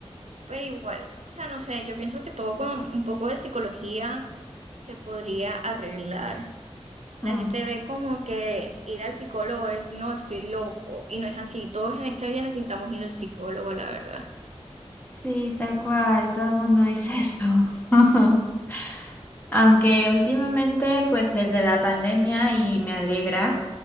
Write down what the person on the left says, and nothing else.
Mm.
Sí, tal cual, todo el mundo dice eso. <laughs> Aunque últimamente, pues desde la pandemia, y me alegra,